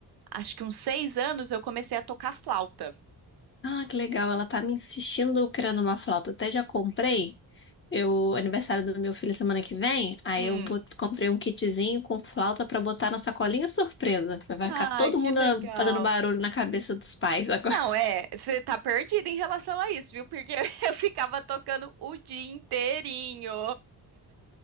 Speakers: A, on the right (about 65°); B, on the left (about 30°).
A: Acho que uns seis anos eu comecei a tocar flauta.
B: Ah, que legal, ela tá me insistindo criando uma flauta. Até já comprei. Eu, aniversário do meu filho semana que vem, aí
A: Hum.
B: eu bot- comprei um kitzinho com flauta pra botar na sacolinha surpresa. Vai
A: Ai,
B: ficar todo
A: que
B: mundo
A: legal.
B: fazendo barulho na cabeça dos pais agora.
A: Não, é, você tá perdida em relação a isso, viu? Porque <laughs> eu ficava tocando o dia inteirinho.